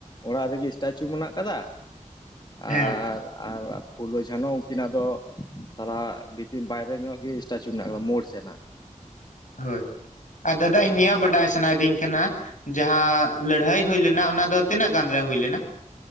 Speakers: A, on the left (about 35°); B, on the left (about 70°).
A: ᱚᱲᱟᱜ ᱨᱮᱜᱮ ᱥᱴᱟᱪᱩ ᱢᱮᱱᱟᱜ ᱟᱠᱟᱫᱟ,
B: ᱦᱮᱸ
A: ᱟᱨ ᱟᱨ ᱯᱷᱩᱞᱳ, ᱡᱷᱟᱱᱳ ᱩᱱᱠᱤᱱᱟᱜ ᱫᱚ ᱛᱟᱞᱟ ᱵᱷᱤᱛᱤᱨ ᱵᱟᱭᱨᱮ ᱧᱚᱜ ᱜᱮ ᱥᱴᱟᱪᱩ ᱢᱮᱱᱟᱜ ᱟᱠᱟᱫᱟ, ᱢᱳᱲ ᱥᱮᱱᱟᱜ <inaudible>
B: ᱦᱳᱭ ᱟᱨ ᱫᱟᱫᱟ ᱤᱧ ᱱᱤᱭᱟᱹ ᱵᱟᱰᱟᱭ ᱥᱟᱱᱟᱭᱤᱫᱤᱧ ᱠᱟᱱᱟ᱾ ᱡᱟᱦᱟᱸ ᱞᱟᱹᱲᱦᱟᱹᱭ ᱦᱩᱭ ᱞᱮᱱᱟ ᱚᱱᱟ ᱫᱚ ᱛᱤᱱᱟᱹᱜ ᱜᱟᱱ ᱨᱮ ᱦ ᱞᱮᱱᱟ?